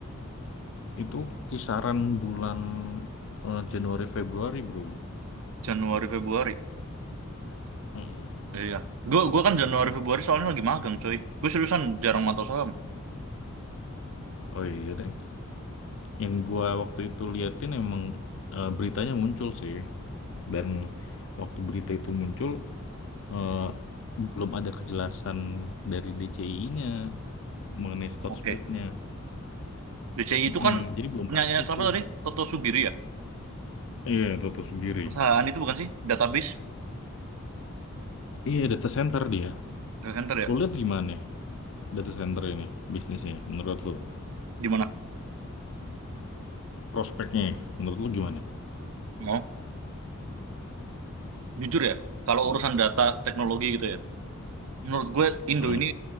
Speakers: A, on the left; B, on the right.
A: Itu kisaran bulan eh, Januari Februari bro.
B: Januari Februari.
A: Mm-mm.
B: Iya. Gue gue kan Januari Februari soalnya lagi magang coy. Gue seriusan jarang mantau saham.
A: Oh iya, dan yang gua waktu itu liatin emang eh, beritanya muncul sih. Dan waktu berita itu muncul eh, belum ada kejelasan dari DCI-nya mengenai stock
B: Oke.
A: splitnya.
B: DCI
A: Mm-mm.
B: itu kan
A: Jadi belum
B: punyanya
A: pasti
B: apa
A: tuh.
B: tadi? Toto Sugiri ya?
A: Iya, tutup sendiri.
B: Perusahaan itu bukan sih? Database.
A: Iya, data center dia.
B: Center ya?
A: Lu lihat gimana? data center ini bisnisnya menurut lu
B: Di mana?
A: prospeknya menurut lu gimana?
B: Oh, jujur ya, kalau urusan data teknologi gitu ya, menurut gue Indo
A: Hmm.
B: ini